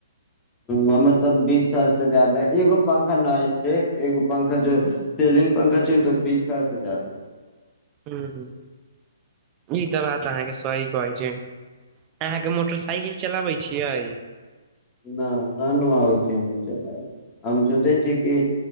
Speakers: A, on the left; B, on the right.
A: हमें तऽ बीस साल से जादा एगो पंखा नये छै एगो पंखा जो सीलिंग पंखा छै ऊ त बीस साल से जादाा।
B: हुं, इ त बात अहाँके। सही कहै छियै, अहाँके मोटरसाइकिल चलाबै छियै।
A: न नै आबै छै चलाब, हम सोचै छियै कि